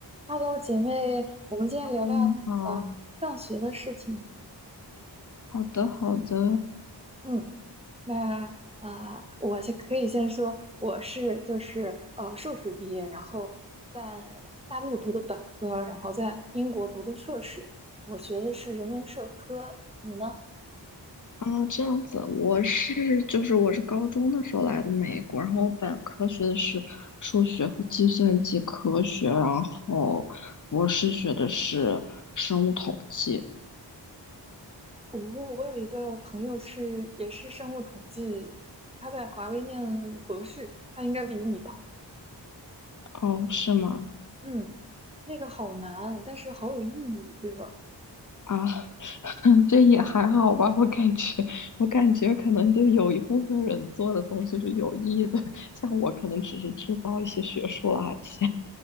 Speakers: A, on the right (about 15°); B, on the left (about 45°).
A: Hello，姐妹，我们今天聊聊那个上学的事情。
B: 嗯，你好，好的，好的，
A: 嗯，那啊、呃我先可以先说，我是就是呃硕士毕业，然后在大陆读的本科，然后在英国读的硕士，我学的是人文社科。你呢？
B: 啊，这样子，我是就是我是高中的时候来的美国，然后我本科学的是数学和计算机科学，然后博士学的是生物统计。
A: 我、我有一个朋友是也是生物统计，他在华为念博士，他应该比你大。
B: 哦，是吗？
A: 嗯，那个好难啊，但是好有意义，对吧？
B: 啊，<laughs> 这也还好吧，我感觉我感觉可能就有一部分人做的东西是有意义的，像我可能只是制造一些学术垃圾，